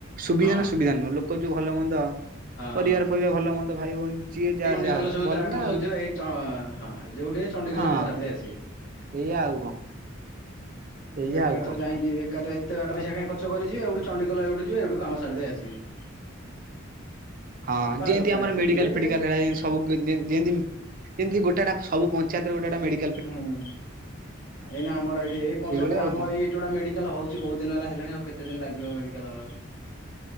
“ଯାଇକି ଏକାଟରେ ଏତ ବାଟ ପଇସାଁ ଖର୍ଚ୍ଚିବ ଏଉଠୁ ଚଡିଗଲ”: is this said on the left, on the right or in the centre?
Left